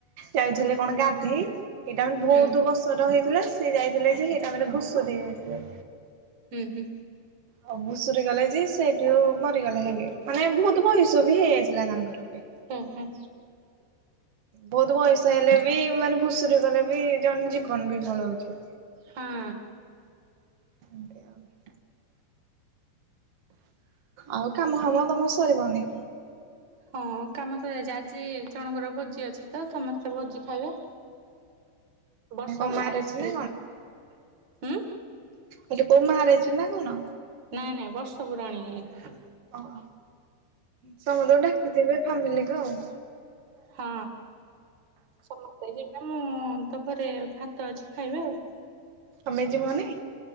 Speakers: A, on the right; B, on the right.
A: ଯାଉଥିଲେ କଣ ଗାଧେଇ ସେଇଟା ମାନେ ବହୁତ
B: ହୁଁ
A: ବର୍ଷର ହେଇଥିଲା ସେ ଯାଇଥିଲେ ଯେ ସେଇଟା ମାନେ ଭୂସୁରି ଯାଇଥିଲେ।
B: ହୁଁ ହୁଁ।
A: ହଉ ଭୁଷୁରି ଗଲେ ଯେ ସେଇଠୁ ମରିଗଲେ ହେଲେ। ମାନେ ବହୁତ ବୟସ ବି ହେଇଯାଇଥିଲା ତାଙ୍କର ବି
B: ହୁଁ ହୁଁ।
A: ବହୁତ ବୟସ ହେଲେ ବି ମାନେ ଭୁସୁର ଗଲେ ବି ଜଣେ ଜୀବନ ବି ପଳଉଛି।
B: ହୁଁ।
A: <unintelligible> ଆଉ କାମ ଫାମ ତମ ସରିିବନି।
B: ହଁ କାମ ସ ଯାଇଛି ଆଜି ଜଣଙ୍କର ଭୋଜି ଅଛି ତ ସମସ୍ତେ ଭୋଜି ଖାଇବା ବର୍ଷ
A: କଣ
B: ପୁରାଣ
A: ମ୍ୟାରେଜ
B: ଅ
A: ନା କାଲି <unintelligible> ହେଇଛି ନା କଣ?
B: ନାଇଁ ନାଇଁ ବର୍ଷ ପୁରଣୀକି
A: ଓହୋ ସମସ୍ତଙ୍କୁ ଡାକିଥିବେ ଫାମିଲିକୁ ଆଉ।
B: ହଁ। ଆ ମୁଁ ତ ପରେ ଭାତ ଅଛି ଖାଇବା ଆଉ।
A: ତମେ ଯିବନି?